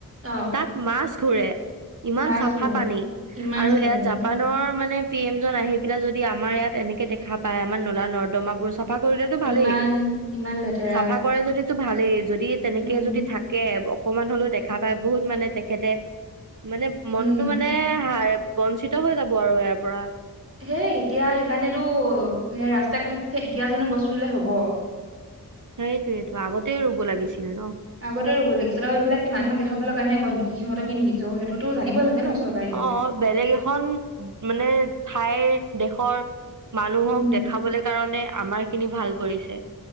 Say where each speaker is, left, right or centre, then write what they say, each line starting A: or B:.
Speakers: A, on the right (about 40°); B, on the right (about 55°).
A: অ
B: তাত মাছ ঘূৰে ইমান
A: মাছ
B: চাপ
A: ঘূৰে
B: হাপানী
A: ইমান
B: আৰু
A: চেপা
B: এয়া
A: পানী
B: জাপানৰ মানে পি এম জন আহি পেলাই যদি আমাৰ ইয়াত এনেকে দেখা পায় আমাৰ নলা নৰ্দমা বোৰ চব চাফা কৰিলেতো ভালেই
A: ইমান ইমান লেতেৰা
B: চাফা কৰে যদি ভালে যদি তেনেকে
A: উম
B: যদি থাকে অকমান হলেও দেখা পায় বহুত মানে তেখেতে মানে মন
A: উম
B: টো মানে হাই বঞ্চিত হৈ যাব আৰু ইয়াৰ পৰা
A: হেই এতিয়া সেইকাৰণেতো সেই ৰাস্ত কাষে কাষে এতিয়াজনো গছটো ৰুলে হব
B: সেটোৱেটো ত আগতে ৰুব লাগিছিল ন।
A: আগতে ৰুৱ লাগিছিল আৰু এইবিলাক কি মানুহক দেখাবলৈ কাৰণেহে কৰে নেকি কি সিহঁত কি নিজৰ সেইটোতটো জানিব লাগে ন চৰকাৰে নিজে
B: অ বেলেগ এখন মানে ঠাইৰ দেশৰ মানুহক
A: উম
B: দেখাবলৈ কাৰণে আমাৰ খিনি ভাল কৰিছে